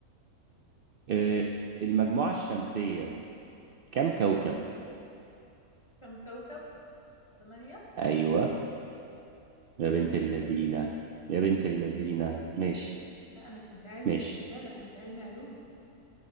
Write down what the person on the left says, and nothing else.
كم كوكب؟ ثمانية؟
مم.
لا أنا كنت علمي
خلي بالك كنت علمي علوم